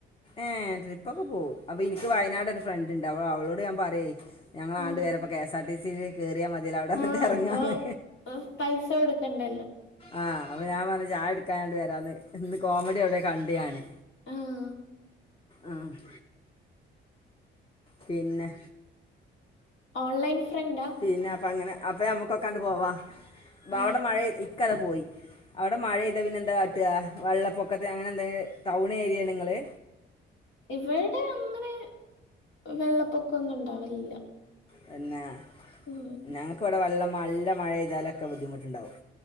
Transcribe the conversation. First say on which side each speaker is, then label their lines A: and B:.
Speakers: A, on the left; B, on the left.
A: ഏഹ് ട്രിപ്പ് ഒക്കെ പോവും അപ്പൊ എനിക്ക് വയനാട് ഒരു ഫ്രണ്ട്ണ്ട് അവളോട് ഞാൻ പറയ. ഞങ്ങളാണ്ട്
B: ആ
A: വരെപ്പ കെ എസ് ആർ ടിസിൽ കയറിയാ മതില്ല അവിടെന്നിട്ട്
B: ആ
A: ഇറങ്ങാന്ന്.
B: അപ്പൊ ഉം, പൈസ കൊടുക്കണ്ടല്ലോ.
A: ആഹ് അപ്പൊ ഞാൻ പറഞ്ഞുചായുടിക്കാനാണ്ട് വരാന്ന് ഇന്ന് കോമഡി എവിടെയ കണ്ടു ഞാന്.
B: ആഹ്.
A: ആഹ് പിന്നെ
B: ഓൺലൈൻ ഫ്രൻഡാ.
A: പിന്നെ അപ്പ അങ്ങനെ അപ്പ നമ്മുക്കൊക്കാണ്ട് പോവാ
B: ആ
A: അവിടെ മഴ ഇക്കതെ പോയി. അവിടെ മഴെയ്താ പിന്നെന്താ കാട്ട വെള്ളപ്പൊക്കത്തെ അങ്ങനെ എന്തയ് ടൗൺ ഏരിയാണ് നിങ്ങള്.
B: ഇവടെ അങ്ങനെ വെള്ളപ്പൊക്കംന്നും ഉണ്ടാവലില്ല.
A: തന്നെ
B: ഉം
A: ഞങ്ങൾക്കിവിടെ വെള്ളം നല്ല മഴെയ്താലൊക്കെ ബുദ്ധിമുട്ടുണ്ടാവും.